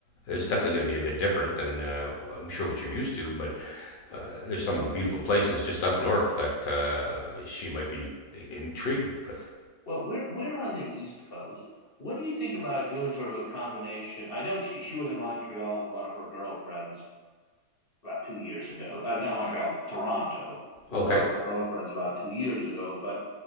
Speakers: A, on the left; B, on the left.
A: it's definitely going to be a bit different than uh, I'm sure what you're used to, but uh, there's some
B: We're,
A: beautiful places just up north that uh, she might be intrigued with.
B: well, we're we're on the East Coast. What do you think about doing sort of a combination? I know she she was in Montreal with one of her girlfriends about two years ago. Uh, not Montreal, Toronto with
A: Okay.
B: one of her girlfriends about two years ago. But